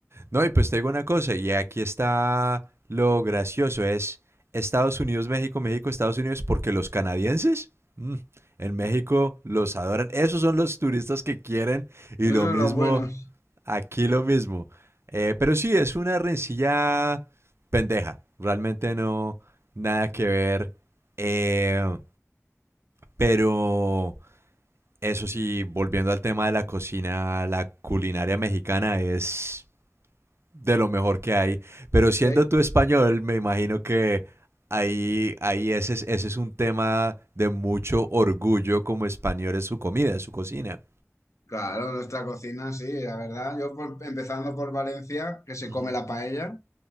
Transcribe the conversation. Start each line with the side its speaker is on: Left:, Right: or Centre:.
Right: No, y pues te digo una cosa, y aquí está lo gracioso, es Estados Unidos, México, México, Estados Unidos, porque los canadienses mm, en México los adoran. Esos son los turistas que quieren y
Left: Eso
Right: lo mismo,
Left: es lo bueno.
Right: aquí
Left: Sí.
Right: lo mismo. Eh, pero sí, es una rencilla pendeja, realmente no, nada que ver. Eh, pero eso sí, volviendo al tema de la cocina, la culinaria mexicana es de lo mejor que hay. Pero siendo
Left: Sí.
Right: tú español, me imagino que ahí, ahí ese, es- ese es un tema de mucho orgullo como español, es su comida, es su cocina.
Left: Claro, nuestra cocina, sí, la verdad. Yo por- empezando por Valencia, que se
Right: Ujú,
Left: come la paella.